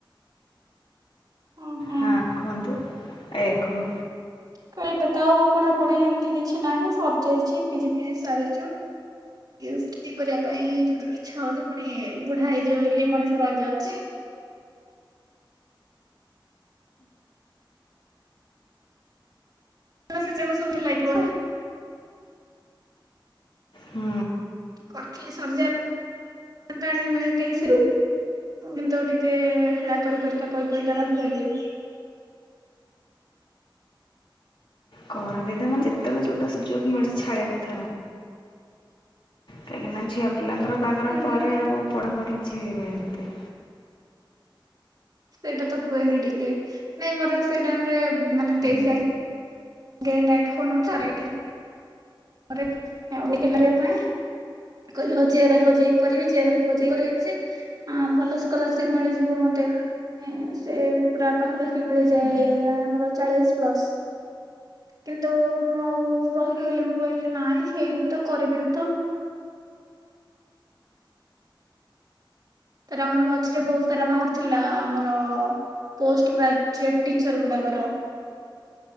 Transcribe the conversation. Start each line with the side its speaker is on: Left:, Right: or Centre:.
Right: ହଁ ହଁ।
Left: ହଁ କୁହନ୍ତୁ। ଏ କୁହ।
Right: ତ ଏବେ ତ ଆଉ ପଢାପଢି ଏମିତି କିଛି ନାହିଁ ସରିଯାଇଛି ପିଜି ଫିଜି ସାରିଛୁ। ୟ <unintelligible> କରିବା ପାଇଁ ଯେତିକି ଇଛା ହଉଛି ପୁଣି ବୁଢା ହେଇଯିବ ବୋଲି ମଣିଷ ରହିଯାଉଛି। ହେଲେ ସେ ଯିବ ସବ ରେ ଲାଗିବ ନା।
Left: ହୁଁ।
Right: କରିଥିଲି ସରିଯାଇ ଥାନ୍ତାନି ମାନେ ତେଇଶ ରୁ। କିନ୍ତୁ ଟିକେ ହେଳା କରିି କରିକା କରିି କରିକା ରହିଗଲି।
Left: କରିଦେଇଥାନ୍ତା ନା ଯେତେବେଳେ ଯୋଉଟା ସୁଯୋଗ ମିଳୁଛି ଛାଡିବା କଥା ନୁହଁ। କାହିଁକିନା ଝିଅ ପିଲାଙ୍କର ବାହାଘର
Right: ହୁଁ
Left: ପରେ
Right: ହୁଁ।
Left: ଆଉ ପଢ଼ାପଢ଼ି କିଛି ହୁଏନି ହେତେ।
Right: ସେଇଟା ତ ହୁଏନି ଟିକେ ନାଇଁ ମୋର ସେଇ ଟାଇମ ରେ ମାନେ
Left: ହୁଁ
Right: ତେଇଶି ଜାଙ୍କେ ଗେ ନେଟ ହଉନଥିଲା ନେଟ ହେ ତାପରେ ଆଉଟିକେ <unintelligible> ପାଇ। କହିଲି ହ ଜେରା ହଜେଇ କରିବି ଜେରା ହଜେଇ କରେଇବି ଯେ ହଁ ଭଲ ସ୍କଲାରସିପି ମିଳିଯିବ ମତେ। ସେ ପୁରା ପାଖାପାଖି ମିଳିଯାଏ।
Left: ହୁଁ
Right: ଆମର ଚାଳିଶି ପ୍ଲସ୍। କିନ୍ତୁ ମୁଁ ଆଉ ରହିଗଲି ମୁଁ କହିଲି ନାଇଁ ହେଇନି ତ କରିବିନି ତ। ତାର ଆମର ମଝିରେ ବହୁତ ସାରା ବାହାରି ଥିଲା ଆମର ପୋଷ୍ଟ ଗ୍ରାଜୁଏଟ ଟିଚର୍ ଗୁଡ଼ାକର।